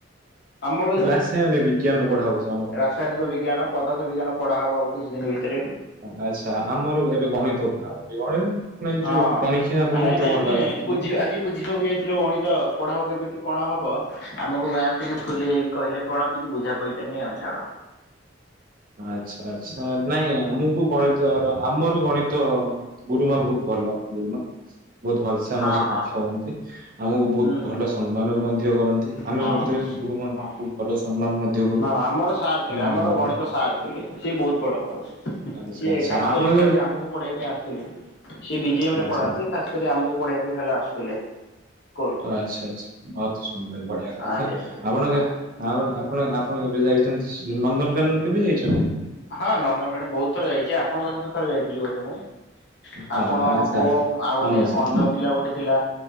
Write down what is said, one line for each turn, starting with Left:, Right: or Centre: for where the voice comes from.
Left: ଆମର
Right: ରାସାୟନିକ ବିଜ୍ଞାନ ପଢାଉଛି ଆମର।
Left: ସୈନିକ ବିଜ୍ଞାନ ପଦାଥ ବିଜ୍ଞାନ ପଢ଼ା ହେବ ଆଉ କିଛି ଦିନ ଭିତରେ।
Right: ଆଚ୍ଛା ଆମର ଏବେ ଗଣିତ ପଢା ହଉଚି। ଗଣିତ ଆପଣ ଏ
Left: ହଁ।
Right: ଯୋଉ ପଣି ଖିଆ ଆପଣଙ୍କୁ
Left: ନାଇଁ ନାଇଁ
Right: ତ ଭଲ
Left: ଆମେ
Right: ଆସୁଥିବ?
Left: ବୁଝି ବୁଝିବାକୁ ଯାଇଥିଲୁ ଗଣିତ ପଢାକୁ କେବେଠୁ କଣ ହବ ଆମକୁ ମ୍ୟାମ୍ ଟିକେ ଫୁଲେଇ ହେଇକି କହିଲେ କଣ ଟିକେ ବୁଝା ପଇଲାନି ଆଉ ଛାଡ।
Right: ଆଚ୍ଛା ଆଚ୍ଛା ନାଇଁ ଆମକୁ ଗଣିତ ଆମର ଗଣିତ ଗୁରୁମା ବହୁତ ଭଲ ଗୁରୁମା ବହୁତ ଭଲସେ ଆମ
Left: ହଁ
Right: ସହ
Left: ହଁ
Right: କଥା ହୁଅନ୍ତି। ଆମକୁ ବହୁତ
Left: ହୁଁ
Right: ଭଲ ସମ୍ମାନ ମଧ୍ୟ କରନ୍ତି ଆମେ
Left: ହୁଁ ହଁ
Right: ମଧ୍ୟ ଗୁରୁମାଙ୍କୁ
Left: ହଁ।
Right: ବହୁତ ଭଲ ସମ୍ମାନ ମଧ୍ୟ କରୁ।
Left: ହଁ ଆମର ସାର୍ ଥିଲେ
Right: ହଁ
Left: ଆମର
Right: ଆଜ୍ଞା।
Left: ଗଣିତ ସାର୍ ଥିଲେ। ସିଏ ବହୁତ ବଡ ପଢନ୍ତି
Right: ଆଚ୍ଛା
Left: ସିଏ
Right: ଆଚ୍ଛା
Left: ଖାସ
Right: ଆପଣ
Left: କରି
Right: କେବେ
Left: ଖାଲି ଆମକୁ ପଢେଇିବା ପାଇଁ ଆସିଥିଲେ। ସେି ବି ଜେ ଏମ
Right: ଆଚ୍ଛା
Left: ରେ ପଢନ୍ତି
Right: ଆଚ୍ଛା
Left: ଖାସ୍ କରି ଆମକୁ ପଢେଇିବା ପାଇଁ ଖ ହେଲେ ଆସୁଥିଲେ। ସ୍କୁଲ କୁ
Right: ଆଚ୍ଛା ଆଚ୍ଛା ଅତି ସୁନ୍ଦର ବଢିଆ କଥା।
Left: ଆଜ୍ଞା ଆଜ୍ଞା
Right: ଆପଣଙ୍କ
Left: ଆ
Right: ଆଉ ଆପଣ ଆପଣ କେବେ ଯାଇଛନ୍ତି ଶ୍ରୀ ନନ୍ଦନକାନନ କେବେ ଯାଇଛନ୍ତି?
Left: ହଁ ନନ୍ଦନକାନ ବହୁତ ଥର ଯାଇଛି। ଆପଣଙ୍କ ସହିତ ଥରେ ଯାଇଥିଲି ବୋଧେ ମୁଁ? ଆପଣ
Right: ହଁ ଆଚ୍ଛା
Left: ଓମ୍
Right: ଆଚ୍ଛା
Left: ଆଉ ଗୋଟେ
Right: ଆମ ସହିତ
Left: ଅନ୍ଧ ପିଲା ଗୋଟେ ଥିଲା।